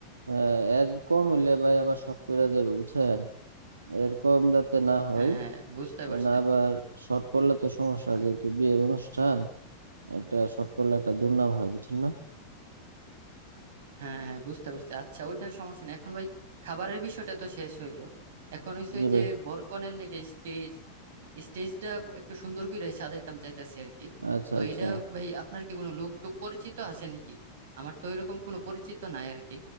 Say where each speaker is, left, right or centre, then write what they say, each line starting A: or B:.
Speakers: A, on the right (about 75°); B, on the right (about 55°).
A: আহ, এর কম হইলে ভাই আবার শর্ট পড়ে যাবে বুঝছেন এর কম যাতে না হয়
B: হ্যাঁ হ্যাঁ বুঝতে পারছি
A: না আবার শর্ট পড়লে তো সমস্যা
B: আচ্ছা।
A: যেহেতু বিয়ের অনুষ্ঠান একটা শর্ট পড়লে একটা দুর্নাম হয় বুঝছেন না
B: হ্যাঁ হ্যাঁ বুঝতে পারছি আচ্ছা ওইটার সমস্যা নেই এখন ভাই খাবারের বিষয়টা তো শেষ হইলো এখন হচ্ছে
A: জি
B: ওই
A: ভাই
B: যে বরকনের লেগে স্টেজ স্টেজটা একটু সুন্দর করে সাজাইতাম চাইতাছি আর কি
A: আচ্ছা
B: তো
A: আচ্ছা
B: এটা ভাই আপনার কি কোনো লোক টুক পরিচিত আছে নাকি আমার তো এরকম কোনো পরিচিত নাই আর কি